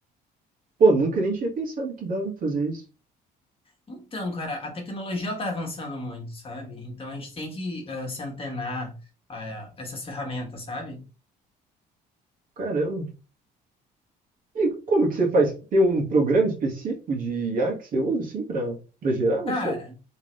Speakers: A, on the right; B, on the left.
A: Pô, nunca nem tinha pensado que dava pra fazer isso.
B: Então, cara, a tecnologia está avançando muito, sabe? Então a gente tem que ah, se antenar a essas ferramentas, sabe?
A: Caramba. E como que você faz? Tem um programa específico de IA que você usa, assim, pra, pra gerar
B: Cara,
A: o som?